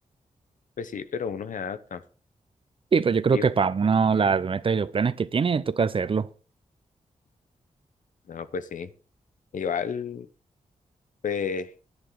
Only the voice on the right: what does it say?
Y pues yo creo
que para uno las metas y los planes que tiene, toca hacerlo.